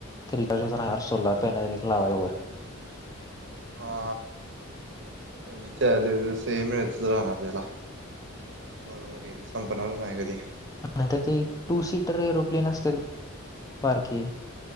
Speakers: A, on the left; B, on the right.
A: <unintelligible> सोलर पॅनल लावाय वर
B: हा म्हणजे चार्जर चा सेम एक्सेस मिळत राहणार त्याला बरोबर आहे संपनाला मायाकड दे
A: नाहीतर ती टू सीटर एरोप्लेन असत्यात बघ बारकी